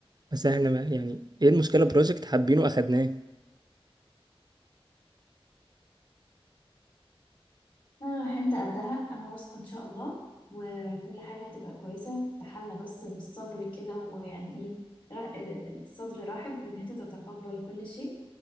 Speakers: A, on the right (about 45°); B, on the left (about 55°).
A: بس احنا ما يعني ايه المشكله بروجكت حابينه اخدناه ان
B: آه انت قدها انا واثقه ان شاء الله وكل حاجه هتبقى كويسه تحلى بس بالصبر كده ويعني ايه را- آه، الصدر رحب ان انت تتقبل كل شيء